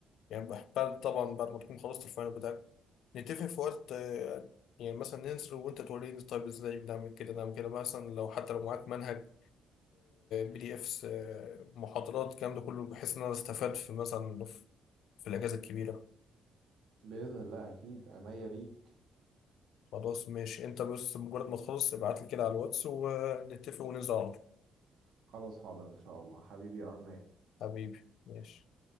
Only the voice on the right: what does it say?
بإذن الله أكيد عينيا ليك
خلاص حاضر إن شاء الله حبيبي أرمان